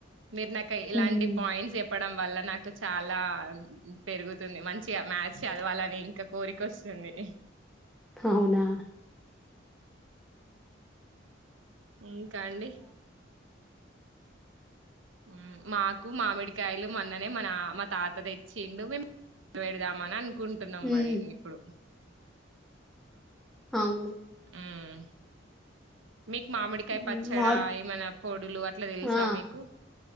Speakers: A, on the right; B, in the centre.
A: మీరు నాకు ఇలాంటి
B: హ్మ్.
A: పాయింట్స్ ఏప్ చెప్పడం వల్ల నాకు చాలా పెరుగుతుంది. మంచిగా మ్యాస్ చదవాలని ఇంకా కోరిక వస్తుంది.
B: అవునా
A: ఇంకా అండి మ్ మాకు మామిడికాయలు మొన్ననే మా నా మా తాత తెచ్చిండు మేము పెడదామనన్ కుంటున్నాం
B: హ్మ్.
A: మరి ఇప్పుడు
B: అవును.
A: హ్మ్ మీకు మామిడికాయ
B: హ్మ్.
A: పచ్చడా
B: మాడ్
A: ఏమన్నా <unintelligible> అట్లా తెలుసా
B: ఆ!
A: మీకు